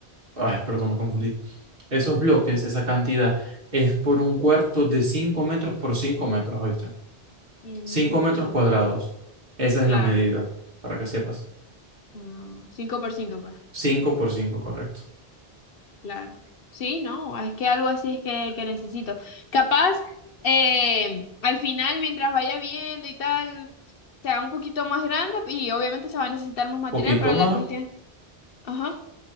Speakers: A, on the right; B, on the left.
A: ay, perdón, me confundí. Esos bloques, esa cantidad, es por un cuarto de 5 metros por 5 metros, ¿oíste?
B: Mm,
A: cinco metros
B: fíjate,
A: cuadrados. Esa
B: claro.
A: es la medida, para que sepas.
B: Mm, cinco por cinco, pues.
A: cinco por cinco correcto.
B: Claro. Sí, no, es que algo así es que, que necesito. Capaz, eh, al final, mientras vaya viendo y tal, sea un poquito más grande y obviamente se va a necesitar más material,
A: Poquito
B: pero
A: más,
B: la cuestión... Ajá.